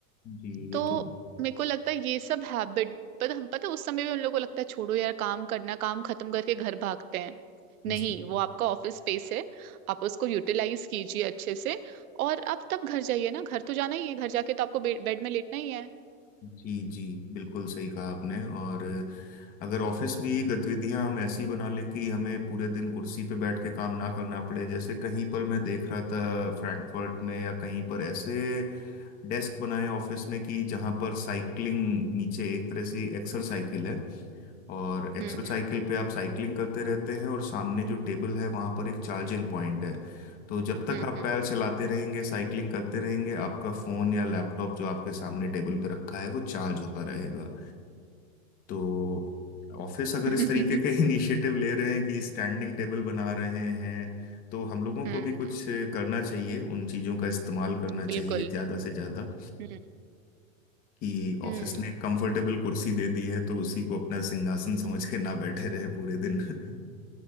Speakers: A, on the left; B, on the right.
A: जी
B: तो
A: ये तो
B: मेरे को लगता है ये सब हैबिट पर हम पता है, उस समय भी उन लोगों को लगता है छोड़ो यार काम करना काम खत्म करके घर भागते हैं नहीं
A: जी
B: वो आपका ऑफिस स्पेस है आप उसको यूटिलाइज कीजिए अच्छे से और आप तब घर जाइए ना घर तो जाना ही है घर जाके तो आपको बेड बेड में लेटना ही है
A: जी जी बिल्कुल सही कहा आपने और अगर ऑफिस में ये गतिविधियां हम ऐसी बना लें कि हमें पूरे दिन कुर्सी पे बैठ के काम ना करना पड़े जैसे कहीं पर मैं देख रहा था फ्रैंकफर्ट में या कहीं पर ऐसे डेस्क बनाए ऑफिस में कि जहां पर साइकिलिंग नीचे एक तरह से एक्सरसाइकिल है और एक्सोसाइकिल
B: हम्म
A: पे आप साइकिलिंग करते रहते हैं और सामने जो टेबल है वहां पर एक चार्जिंग पॉइंट है तो जब तक
B: हम्म
A: आप
B: हम्म
A: पैर चलाते रहेंगे साइकिलिंग करते रहेंगे आपका फोन या लैपटॉप जो आपके सामने टेबल पे रखा है वो चार्ज होता रहेगा तो ऑफिस अगर
B: हम्म
A: इस तरीके के <laughs> इनिशिएटिव ले रहे हैं कि स्टैंडिंग टेबल बना रहे हैं तो हम लोगों
B: <laughs> हम्म
A: को भी कुछ करना चाहिए उन चीज़ों का इस्तेमाल करना चाहिए
B: बिल्कुल
A: ज़्यादा से ज़्यादा
B: हम्म
A: कि
B: हम्म
A: ऑफिस ने कंफर्टेबल कुर्सी दे दी है तो उसी को अपना सिंहासन समझ के ना बैठे रहे पूरे दिन <laughs>